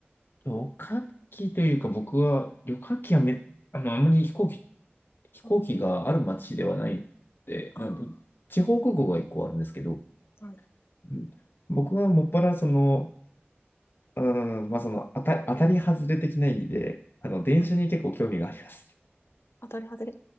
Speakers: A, on the left; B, on the left.
A: 旅客機というか、僕は、旅客機はめ、あの、あまり飛行機飛行機がある町ではないって、
B: うんああうん。
A: なんだ地方空港が一個あるんですけど、
B: はい。
A: うん僕はもっぱらその、うん、まあその当た、当たり外れ的な意味で、あの、電車に結構興味がありますね。
B: はい。当たり外れ。